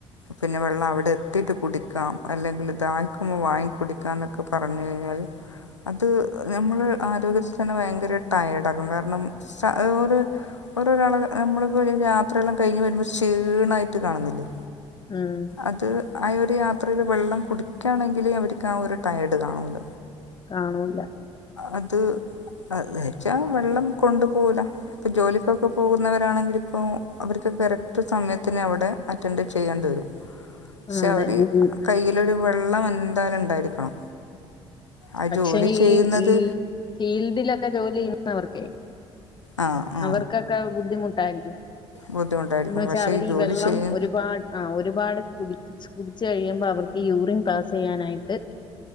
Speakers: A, on the left; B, on the left.
A: പിന്നെ വെള്ളം അവിടെ എത്തിയിട്ട് കുടിക്കാം അല്ലെങ്കിൽ ദാഹിക്കുമ്പോ വാങ്ങി കുടിക്കാന്ന ക്കെ പറഞ്ഞഴിഞ്ഞാൽ അത് നമ്മള് ആരോഗ്യത്തിന് ഭയങ്കര ടയേർഡ ആക്കും കാരണം <unintelligible> ഓരോരാള് നമ്മള് പ്പ ഇ യാത്രയെല്ലാം കഴിഞ്ഞ് വരുമ്പോ ക്ഷീണായിട്ട് കാണുന്നില്ലേ
B: ഉം
A: അത് ആഹ് ഒരു യാത്രേല് വെള്ളം കുടിക്കാണെങ്കിൽ അവർക്ക് ആ ഒരു ടയേർഡ് കാണൂല
B: കാണൂല്ല
A: അത് അതേച്ച വെള്ളം കൊണ്ടുപോവൂല ഇപ്പൊ ജോലിക്കൊക്കെ പോകുന്നവരാണെങ്കില് ഇപ്പോ അവർക്ക് കരക് ക്റ്റ് സമയത്തിന് അവിടെ അറ്റൻഡ് ചെയ്യേണ്ടി വരും പക്ഷെ
B: ആ, അതെ
A: അവര്
B: ഈ
A: കയ്യിലൊരു വെള്ളം എന്തായാലും ണ്ടായിരിക്കണം ആഹ്
B: പക്ഷേ
A: ജോലി ചെയ്യുന്നത്
B: ഈ ഈ ഫീൽഡിലൊക്കെ ജോലി ചെയ്യുന്നവർക്കെ
A: ആ ആ
B: അവർക്കൊക്കെ ബുദ്ധിമുട്ടായിരിക്കും
A: ബുദ്ധിമുട്ടായിരിക്കും
B: എന്നു വെച്ചാ
A: പക്ഷേ
B: അവരീ
A: ഈ ജോലി
B: വെള്ളം
A: ചെയ്യ
B: ഒരുപാട് ആഹ് ഒരുപാട് കുടിച്ച് കുടിച്ചു കഴിയുമ്പോ അവർക്ക് ഈ യൂറിൻ പാസ് ചെയ്യാനായിട്ട്